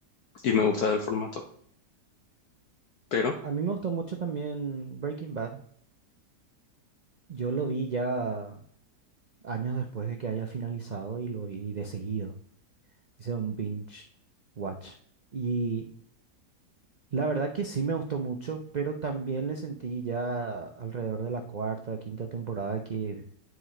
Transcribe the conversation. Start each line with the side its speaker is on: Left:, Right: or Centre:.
Left: y me gusta del formato. Pero
Right: a mí me gustó mucho también Breaking Bad. Yo lo vi ya años después de que haya finalizado y lo vi de seguido. Hice un binge watch. Y La verdad que sí me gustó mucho, pero también le sentí ya alrededor de la cuarta, quinta temporada que,